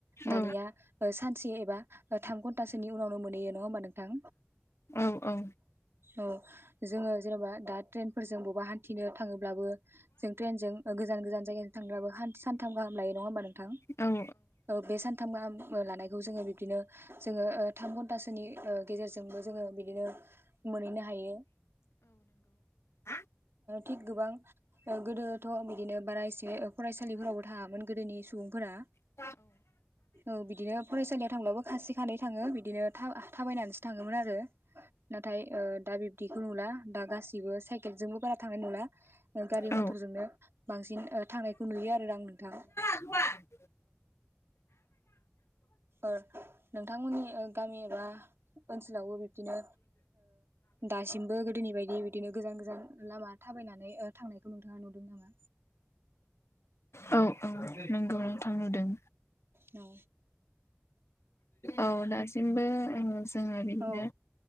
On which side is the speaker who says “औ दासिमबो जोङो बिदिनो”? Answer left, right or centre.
Left